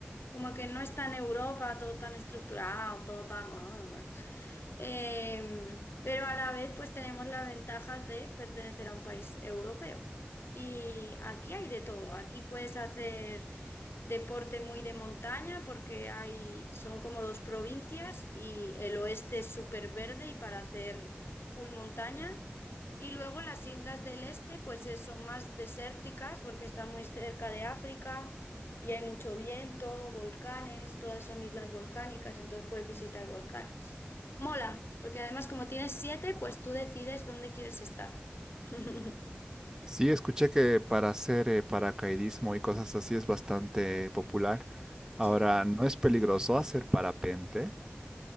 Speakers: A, on the left; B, on the right.
A: como que no está en Europa todo tan estructurado, todo tan... ah, Em, pero a la vez, pues tenemos las ventajas de pertenecer a un país europeo. Y aquí hay de todo. Aquí puedes hacer deporte muy de montaña porque hay, son como dos provincias y el oeste es súper verde y para hacer full montaña. Y luego las islas del este, pues eh, son más desérticas porque están muy cerca de África y hay mucho viento, volcanes, todas son islas volcánicas, entonces puedes visitar volcanes. Mola, porque además como tienes siete, pues tú decides dónde quieres estar. <laughs>
B: Sí, escuché que para hacer eh, paracaidismo y cosas así es bastante popular.
A: Sí.
B: Ahora, ¿no es peligroso hacer parapente?